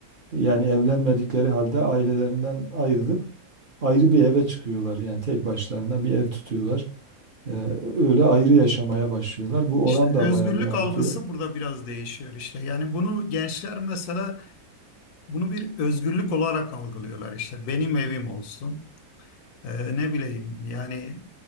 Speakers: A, on the right; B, on the left.
A: yani evlenmedikleri halde ailelerinden ayrılıp ayrı bir eve çıkıyorlar. Yani tek başlarına bir ev tutuyorlar. E, öyle ayrı yaşamaya başlıyorlar. Bu
B: İşte
A: oran da
B: özgürlük
A: bayağı bir artıyor.
B: algısı burada biraz değişiyor işte. Yani bunu gençler mesela bunu bir özgürlük olarak algılıyorlar işte. Benim evim olsun. Ee, ne bileyim yani